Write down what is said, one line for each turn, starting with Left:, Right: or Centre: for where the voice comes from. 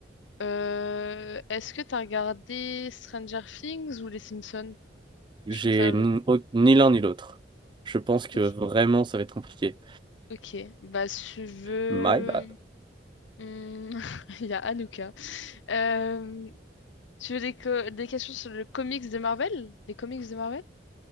Left: Euh, est-ce que t'as regardé Stranger Things ou Les Simpsons?
Right: J'ai
Left: Tu préfères le...
Right: ni, au- ni l'un ni l'autre. Je pense que
Left: Ok,
Right: vraiment ça va être compliqué.
Left: ok. Bah, si tu veux...
Right: My bad.
Left: hmm, <laughs> Il y a Anouka. Euh, tu veux des, co- des questions sur le comics de Marvel? Les comics de Marvel?